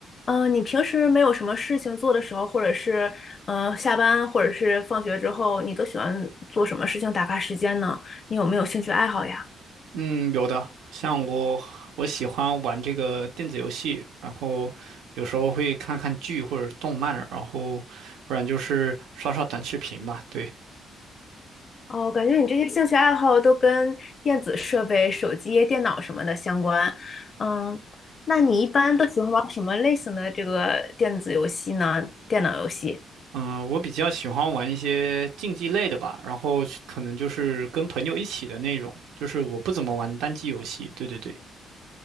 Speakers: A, on the left; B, on the right.
A: 嗯，呃你平时没有什么事情做的时候，或者是呃下班，或者是放学之后，你都喜欢做什么事情打发时间呢？你有没有兴趣爱好呀？
B: 嗯，有的，像我，我喜欢玩这个电子游戏，然后有时候会看看剧或者动漫，然后不然就是刷刷短视频吧。对，
A: 哦，感觉你这些兴趣爱好都跟电子设备、手机、电脑什么的相关。嗯，那你一般都喜欢玩什么类型的这个电子游戏呢？电脑游戏？
B: 嗯，我比较喜欢玩一些竞技类的吧，然后去可能就是跟朋友一起的那种，就是我不怎么玩单机游戏。对对对，